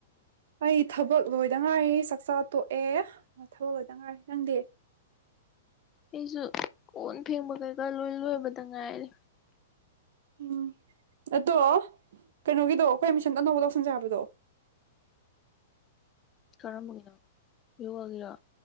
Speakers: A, on the right; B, on the left.
A: ꯑꯩ ꯊꯕꯛ ꯂꯣꯏꯗ ꯉꯥꯏꯔꯤ ꯆꯥꯛꯆꯥ ꯇꯣꯛꯑꯦ ꯊꯕꯛ ꯂꯣꯏꯗ ꯉꯥꯏꯔꯤ ꯅꯪꯗꯤ
B: ꯑꯩꯁꯨ ꯀꯟ ꯐꯦꯡꯕ ꯀꯩꯀꯥ ꯂꯣꯏ ꯂꯣꯏꯕꯗ ꯉꯥꯏꯔꯦ
A: ꯎꯝ ꯑꯗꯣ ꯀꯩꯅꯣꯒꯤꯗꯣ ꯑꯩꯈꯣꯏꯃꯤꯁꯟ ꯑꯅꯧꯕ ꯇꯧꯁꯟꯖꯕꯗꯣ
B: <inaudible> ꯀꯔꯃꯒꯅꯥꯥ ꯌꯨꯒꯔꯥ